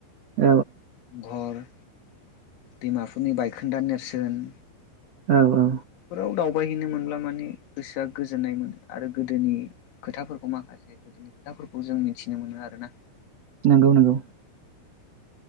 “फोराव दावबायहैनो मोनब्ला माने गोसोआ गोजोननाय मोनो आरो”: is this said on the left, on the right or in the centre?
Left